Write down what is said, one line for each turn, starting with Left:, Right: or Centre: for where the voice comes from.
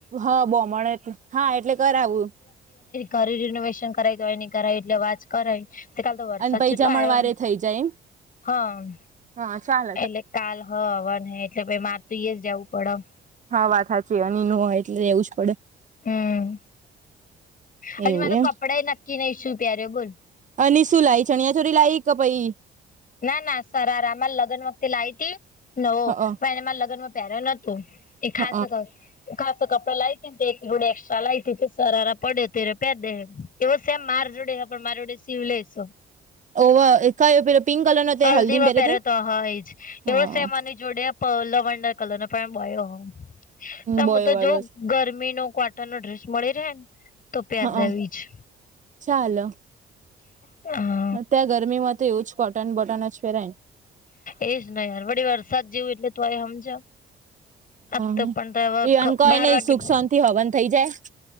Right: હા બોમણ એટલે હા એટલે કરાવું
Left: ઘરે રિનોવેશન કરાવી તો હોય ન કર એટલે આજ કરાવ્યું કાલે તો <unintelligible>
Right: અને પહી
Left: એટલો
Right: જમણ
Left: આ્યો
Right: વારે થઈ જાય એમ
Left: હા
Right: હા ચાાલ
Left: એટલે કાલ હ હવા એટલે માર તોું જવું પડ
Right: હા વાત સાચી એની ન હોય એટલે રહેેવું જ પડે
Left: હમ હજી
Right: એવું
Left: મારતો
Right: એમ
Left: કપડાય નક્કી નઈ શું પહેર્યો બોલ
Right: અલી શું લાઈ ચણિયા ચોલી લાઇ કે પાહિ
Left: ના ના સરાર આમા લગ્ન વખતે લાવી હતી નવો
Right: હ
Left: પણ એને મા લગનમાં પહેર્યો ન તો એ ખાસ
Right: હ
Left: ખાસ કપડા લાવતી એક જોડે એક્સ્ટ્રા લાવતી સારા પડ્યો તો એ પેર દે એવો સેમ માર જોડે હ પણ માર જોડે સિવલેસ સ
Right: ઓવા એ કયો પેલો પિંક કલર નો તે
Left: હલ્દીમાં
Right: હલ્દી માં પેરે
Left: પહેરો
Right: તે
Left: તો હ એજ એવો
Right: હ
Left: સેમ આની જોડે લવંડર કલર નો પણ બોયો હ હું
Right: બોયો
Left: તો
Right: વાળો
Left: જો ગરમી નો કટન નો ડ્રેસ મળી રહે ને તો પેરીદવ
Right: હા
Left: એજજ
Right: ચાલ
Left: હા
Right: અત્યારે ગરમીમાં એવું જ કોટન બટન જ પેરાયન
Left: એજ ન યાર વડી વરસાદ જેવું એટલે તો આ સમજ આ તો
Right: ને
Left: પણ
Right: હ ઈવન
Left: તો
Right: કઈ
Left: બાર
Right: નઈ
Left: વાગે
Right: સુખ
Left: હ
Right: શાંતિ હવન થઈ જાય